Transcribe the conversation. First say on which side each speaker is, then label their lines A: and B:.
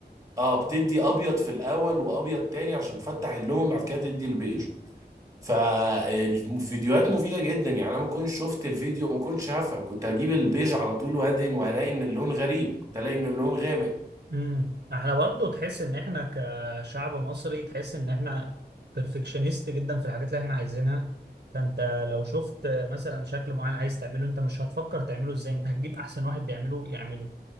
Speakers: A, on the right; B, on the right.
A: اه بتدي ابيض في الاول وابيض تاني عشان تفتح اللون بعد كده تدي البيج فالفيديوهات مفيدة جدا يعني انا ما كنتش شفت الفيديو ما كنتش هفهم كنت هجيب البيج على طول وادهن وهلاقي ان اللون غريب كنت الاقي ان اللون غامق
B: امم احنا برضو تحس ان احنا كشعب مصري تحس ان احنا بيرفكشنست جدا في الحاجات اللي احنا عايزينها فانت لو شفت مثلا شكل معين عايز تعمله انت مش هتفكر تعمله ازاي انت هتجيب احسن واحد بيعمله يعمله